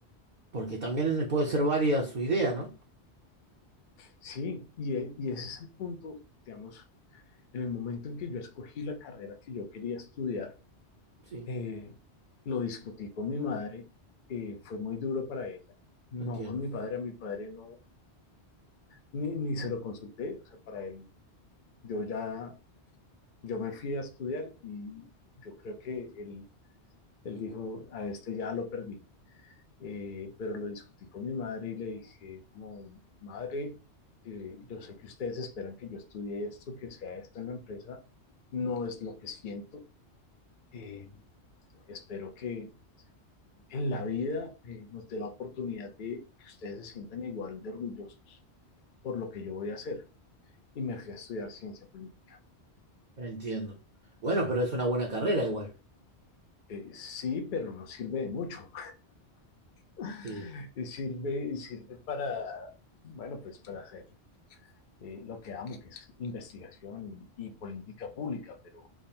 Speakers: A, on the right; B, on the left.
A: porque también puede ser válida su idea, ¿no?
B: Sí, y, e- y ese es el punto, digamos, en el momento en que yo escogí la carrera que yo quería estudiar,
A: Sí,
B: eh, lo discutí con mi madre, eh, fue muy duro para ella, no
A: entiendo,
B: con mi padre, a mi padre no, ni, ni se lo consulté, o sea, para él, yo ya, yo me fui a estudiar y yo creo que él, él dijo, a este ya lo perdí. Eh, pero lo discutí con mi madre y le dije, como, madre, eh, yo sé que ustedes esperan que yo estudie esto, que sea esto en la empresa, no es lo que siento. Eh, espero que en la vida eh, nos dé la oportunidad de que ustedes se sientan igual de orgullosos por lo que yo voy a hacer. Y me fui a estudiar ciencia política.
A: entiendo. Bueno, pero es una buena carrera igual.
B: Eh, sí, pero no sirve de mucho. <laughs>
A: Sí.
B: sirve, sirve para, bueno, pues para hacer eh, lo que amo, que es investigación y, y política pública, pero